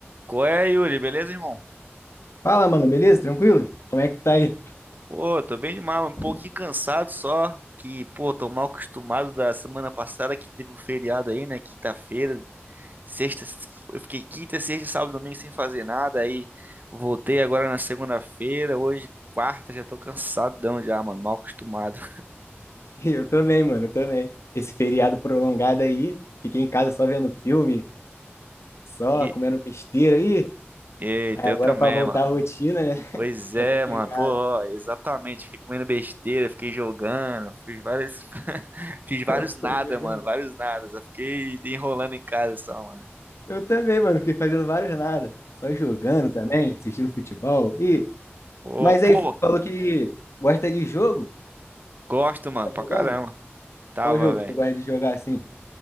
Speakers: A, on the right; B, on the left.
A: Qual é, Yuri? Beleza, irmão?
B: Fala, mano, beleza? Tranquilo? Como é que tá aí?
A: Pô, tô bem demais, um pouquinho
B: <laughs>
A: cansado só. Que, pô, tô mal acostumado da semana passada que teve o feriado aí, né? Quinta-feira, sexta. Eu fiquei quinta, sexta, sábado, domingo sem fazer nada. Aí voltei agora na segunda-feira. Hoje, quarta, já tô cansadão já, mano. Mal acostumado.
B: Eu também, mano, eu também. Esse feriado prolongado aí, fiquei em casa só vendo filme, só
A: E,
B: comendo besteira aí.
A: eita,
B: Aí agora
A: eu também,
B: pra voltar
A: mano.
B: à rotina, né? <laughs>
A: Pois
B: Que
A: é,
B: é complicado.
A: mano. Pô, ó, exatamente. Fiquei comendo besteira, fiquei jogando, fiz várias, <laughs> fiz
B: <laughs>
A: vários nada,
B: Foi jogando.
A: mano, vários nada. Só fiquei enrolando em casa só, mano.
B: Eu também, mano, fiquei fazendo vários nada. Só jogando também, assistindo futebol. E...
A: Pô,
B: Mas
A: pô,
B: aí, tu falou que gosta de jogo?
A: gosto, mano,
B: Tava
A: pra
B: jogando?
A: caramba. Tava,
B: Qual jogo
A: velho.
B: que tu gosta de jogar assim?